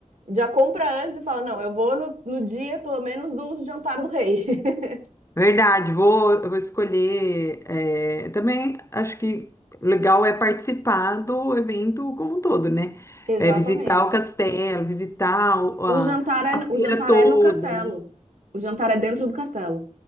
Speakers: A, on the right (about 70°); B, on the left (about 20°).
A: já compra antes e fala, não, eu vou no, no dia pelo menos do jantar do rei. <laughs>
B: Verdade, vou, eu vou escolher. é, também acho que legal é participar do evento como um todo, né?
A: Exatamente.
B: É, visitar o castelo, visitar o- a,
A: O jantar é,
B: a feira
A: o jantar
B: toda,
A: é no castelo.
B: né?
A: O jantar é dentro do castelo.